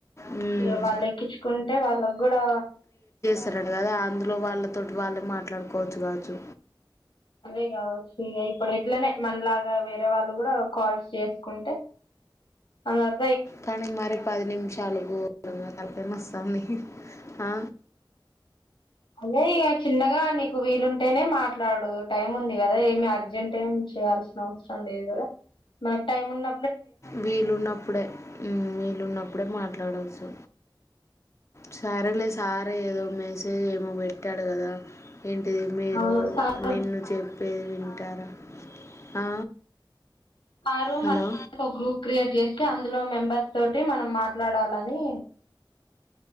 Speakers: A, on the left; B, on the left.
A: మ్మ్.
B: ఇగ వాళ్ళు ఎక్కించుకుంటే వాళ్ళకు కూడా
A: తరటు కదా అందులో వాళ్ళతోటి వాళ్ళే మాట్లాడుకోవచ్చు కావచ్చు
B: అదే కావచ్చు ఇగ ఇప్పుడు ఎట్లనే మనలాగా వేరే వాళ్ళు కూడా కాల్స్ చేసుకుంటే అందరూ
A: కానీ మరీ పది నిమిషాలు గో తలకాయ నస్తాంది ఆ
B: అదే ఇక చిన్నగా నీకు వీలుంటేనే మాట్ మాట్లాడు టైం ఉంది కదా ఏమి ఆ జెంట్ ఏం చేయాల్సిన అవసరం లేదు కదా మనకు టైం ఉన్న
A: వీలుున్నప్పుడే హ్మ్మ్ వీలుున్నప్పుడే మాట్లాడవచ్చు సరే లే సార్ ఏదో మెసేజ్ ఏమో పెట్టాడు కదా ఏంటిది మీరు
B: అవును సారు
A: నిన్ను చెప్పేది వింటారా ఆ
B: ఆరో
A: హలో
B: మన్ ఒక గ్రూప్ క్రియేట్ చేస్తే అందులో మెంబర్స్ తోటి మనం మాట్లాడాల ని